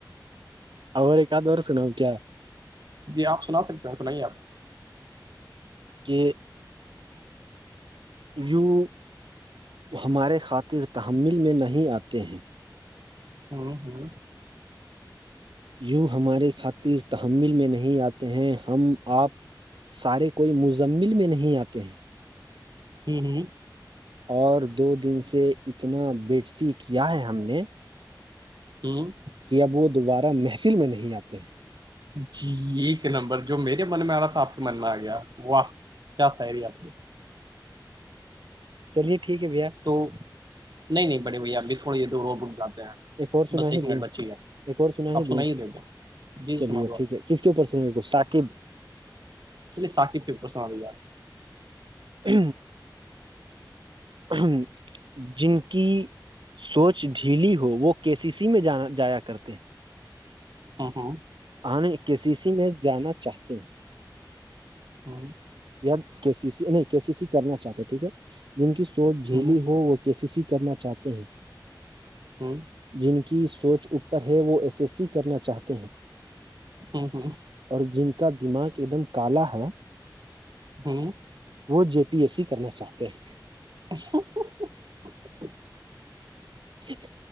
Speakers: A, on the right; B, on the right.
A: اور ایک ات اور سناؤ کیا
B: جی آپ سنا سکتے ہیں سنائیے آپ
A: کہ یوں ہمارے خاطر تحمل میں نہیں آتے ہیں
B: ہوں ہوں
A: یوں ہمارے خاطر تحمل میں نہیں آتے ہیں ہم آپ سارے کوئی مزمل میں نہیں آتے ہیں
B: ہی ہ
A: اور دو دن سے اتنا بیجتی کیا ہے ہم نے
B: ہوں
A: کہ اب وہ دوبارہ محفل میں نہیں آتے ہیں
B: جی ایک نمبر جو میرے من میں آ رہا تھا آپ کے من میں آ گیا واہ کیا سیری آپ کی
A: چلیے ٹھیک ہے بھیا
B: تو نہیں نہیں بڑے بھیا اب بھی تھوڑی یہ د ر رک جاتے ہیں
A: ایک اور سنا
B: بس ایک
A: ہی
B: منٹ
A: دوں
B: بچی ہے
A: ایک اور سنا
B: آپ
A: ہی
B: سنائیے
A: د
B: دے دیں جی
A: چلیے
B: سنا دو
A: ٹھیک
B: آپ
A: ہے کس کے اوپرسن کو سااکب
B: چلیے ساقب پپر سنوی بات ہے
A: ہ ہم جن کی سوچ ڈھیلی ہو وہ کے سی سی میں جانا جایا کرتے ہیں
B: ہوں ہوں
A: ہمیں کسی سی میں جانا چاہتے ہیں
B: ہوں
A: یا کے سی سی نہیں کے سی سی کرنا چاہتے ٹھیک ہے جن کی سوچ جھیلی
B: ہوں
A: ہو وہ کیسیسیی کرنا چاہتے ہیں
B: ہوں
A: جن کی سوچ اوپر ہے وہ ایسےسیی کرنا چاہتے ہیں
B: ہوں ہ
A: اور جن کا دماغ ایک دم کالا ہے
B: جی
A: وہ جے پی ایس سی کرنا چاہتے ہیں
B: اا
A: جیک